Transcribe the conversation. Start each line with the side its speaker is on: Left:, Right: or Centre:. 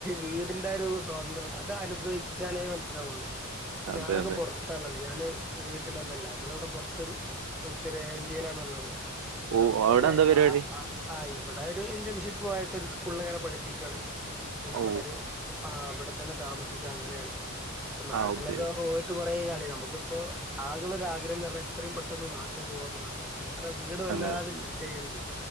Centre: വീടിന്റെ ഒരു സ്വാതന്ത്ര്യം അത് അനുഭവിച്ചാലേ മനസ്സിലാവുള്ളൂ. ഇപ്പൊ
Right: അതെ
Centre: ഞാനൊക്കെ
Right: അതെ
Centre: പുറ പുത്താള്ളത് ഞാന് വീട്ടിലൊന്നല്ല നമ്മള ഇവിടെ പുറത്ത് ഉത്തരേന്ത്യയിലാണ്ള്ളത്. ച്ച്
Right: ഓ
Centre: നമ്മൾതൊന്ന്
Right: അവിടെ എന്താ പരിപാടി
Centre: ആഹ് ആഹ് ആഹ് ഇവിടെ ഒരു ഇന്റേൺഷിപ്പ് മായിട്ട് ഒരു സ്കൂളിൽ ഇങ്ങനെ പഠിപ്പിക്കുകയാണ് പിന്നെ
Right: ഓ
Centre: ഇവിടെ ഒരു ആഹ് വിടെ തന്നെ താമസിക്ക അങ്ങനെണ് ഇപ്പ നാട്ടിലൊക്കെ
Right: ആ അതെ
Centre: ആവുമ്പോ ട്ട് കുറേ കാലായി നമുക്ക്‌പ്പോ ആകെള്ളൊരാഗ്രഹം ന്ന്റഞ്ഞ എത്രയും പെട്ടന്ന് നാട്ടുപോകാന്നു ള്ളതാണ്. അല്ല വീട് വല്ലാതെ
Right: അതെ
Centre: മിസ് ചെയ്യ്ണ്ട്.